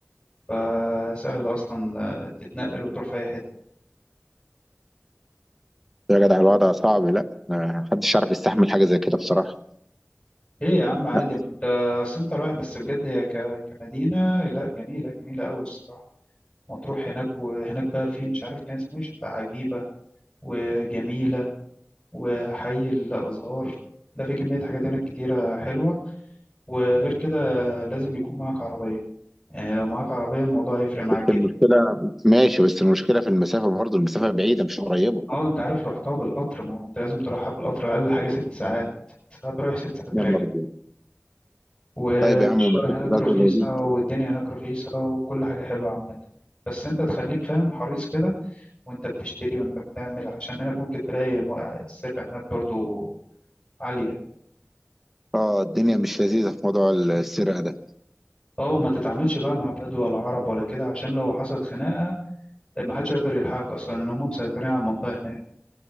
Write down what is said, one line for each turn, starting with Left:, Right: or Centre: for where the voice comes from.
Left: فسهل اصلا تتنقل وتروح في اي حتة
Centre: يا جدع الوضع صعب لا ما حدش يعرف يستحمل حاجه زي كده بصراحه
Left: ليه يا عم عادي
Centre: لا
Left: ما انت اصل انت رايح بس بجد هي ك- كمدينة لا جميلة جميلة قوي الصراحة مطروح هناك وهناك بقى في مش عارف كان اسمه ايه شط عجيبة وجميلة وحي الأزهار ده في كمية حاجات هناك كتيرة حلوة وغير كده لازم يكون معاك عربية يعني لو معاك عربية الموضوع هيفرق معاك
Centre: بس
Left: جدا
Centre: المشكله ماشي بس المشكله في المسافه برضه المسافه بعيده مش قريبه
Left: اه انت عارف رحتها بالقطر ما هو انت لازم تروحها بالقطر أقل حاجة ست ساعات ست ساعات رايح ست ساعات
Centre: يا
Left: راجع
Centre: نهار ابيض
Left: والشغل
Centre: طيب يا عم المسافه
Left: هناك
Centre: بتاعته
Left: رخيصة
Centre: قليله
Left: والدنيا هناك رخيصة وكل حاجة حلوة عامة بس انت تخليك فاهم حريص كده وانت بتشتري وانت بتعمل عشان هناك ممكن تلاقي م- السرقة هناك برضو عالية
Centre: اه الدنيا مش لذيذة في موضوع السرقة ده
Left: اه وما تتعاملش بقى مع بدو ولا عرب ولا كده عشان لو حصلت خناقة ما حدش يقدر يلحقك اصلا ان هم مسيطرين على المنطقه هناك